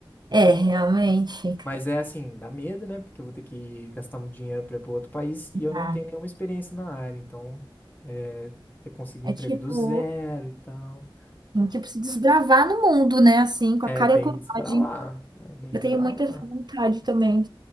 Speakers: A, on the right (about 50°); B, on the left (about 20°).
A: é, realmente.
B: Mas é assim, dá medo, né? Porque eu vou ter que gastar muito dinheiro para ir para outro país e eu não
A: Ah,
B: tenho nenhuma experiência na área, então é, ter que conseguir
A: é
B: emprego
A: tipo.
B: do zero e tal.
A: Tipo, se desbravar no mundo, né? Assim, com
B: É
A: a cara
B: bem
A: e a coragem.
B: desbravar, é bem
A: Eu
B: desbravar.
A: tenho muita essa vontade também.